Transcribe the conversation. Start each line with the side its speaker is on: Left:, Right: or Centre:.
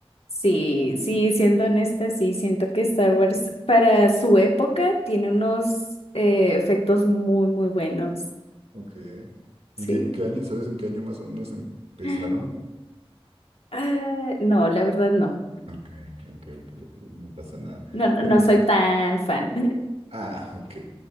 Left: Sí, sí, siendo honesta, sí, siento que Star Wars para su época tiene unos eh, efectos muy, muy buenos.
Right: Ok.
Left: Sí.
Right: ¿En qué, qué año, sabes en qué año más o menos empezaron?
Left: <gasps> Ah, no, la verdad no.
Right: Ok, ok, ok, ok, No pasa nada.
Left: No, no
Right: Pero
Left: no soy tan fan.
Right: Ah, ok.